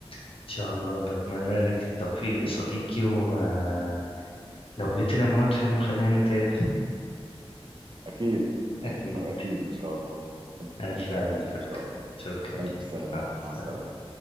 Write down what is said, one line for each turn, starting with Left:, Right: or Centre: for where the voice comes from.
Left: إن شاء الله بتمنى لك التوفيق يا صديقي ولو جيت الإمارات في يوم خلينا نتقابل
Right: أكيد
Left: أكيد
Right: <laughs> أكيد إن شاء الله
Left: ألف
Right: أكيد
Left: ألف شكرا
Right: إن شاء الله
Left: شكرا ليك
Right: ألف سلامة
Left: مع
Right: مع
Left: السلامة.
Right: السلامة